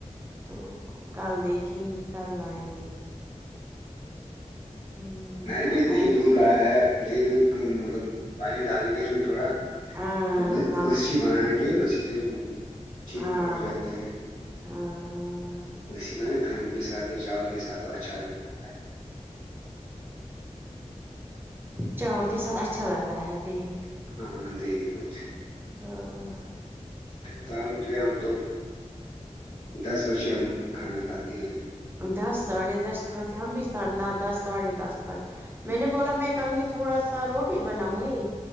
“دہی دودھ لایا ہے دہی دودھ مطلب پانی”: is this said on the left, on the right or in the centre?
Left